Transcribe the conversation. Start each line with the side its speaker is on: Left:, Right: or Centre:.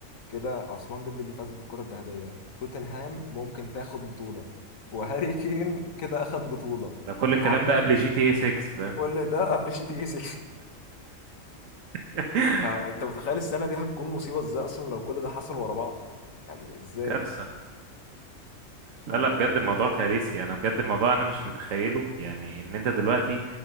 Left: كده عثمان ديمبلي فاز بالكرة الذهبية توتنهام ممكن تاخد بطولة وهاري كين كده اخد بطولة
Right: ده كل الكلام
Left: عندك
Right: ده قبل جي تي اي 6 فاهم
Left: كل ده قبل جي تي اي 6
Right: <laughs>
Left: <laughs> فانت متخيل السنة دي هتكون مصيبة ازاي اصلا لو كل ده حصل ورا بعض يعني ازاي
Right: كارثة
Left: ف
Right: لا
Left: <laughs>
Right: لا بجد الموضوع كارثي انا بجد الموضوع انا مش متخيله يعني ان انت دلوقتي